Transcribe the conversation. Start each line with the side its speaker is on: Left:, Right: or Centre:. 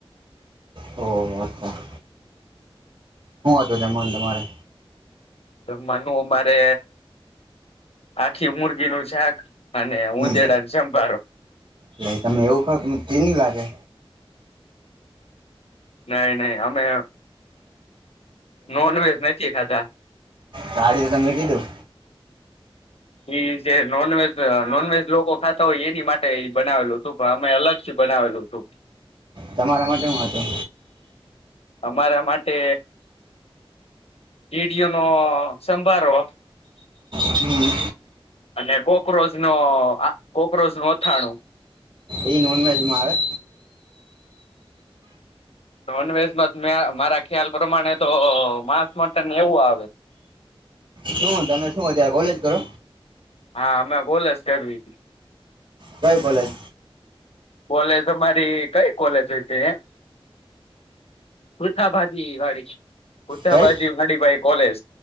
Right: ઓ અચ્છા. હું હતું જમવાના તમારે.
Left: તો માનું અમરે આખી મુરગી નું શાક અને
Right: હમ.
Left: ઉંદેડા ન ચંભારો.
Right: એટલે તમે એવું ખાવ તો મને તે ની લાગે.
Left: નહી નહી અમે નોન વેજ નથી ખાતા.
Right: ગાડી તો તમે કીધું.
Left: એ છે નાનવેજ નોનવેજ લોકો ખાતા હોય એની માટે બનાવેલું હતું પણ અમે અલગથી બનાવેલું હતું.
Right: તમારા માટે હું હતું?
Left: અમારા માટે ડેડીયો નો સંભારોહ
Right: હતું
Left: અને કોક્રોચ નો આ કોક્રોચ નું અથાણું.
Right: એ નોન વેજમાં આવે.
Left: નોનવેજમાં મે મારા ખ્યાલ પ્રમાણે તો માંસ મટન ને એવું આવે.
Right: શું તમે શું ત્યારે કોલેજ કરો?
Left: હા અમે કોલેસ કરવી.
Right: કોઈ કોલેજ?
Left: કોલેજ અમારી કઈ કોલેજ હોય તે ભુથા ભાજી વાળી. ભુથાભાજી
Right: કઈ
Left: હડીભાઈ કોલેજ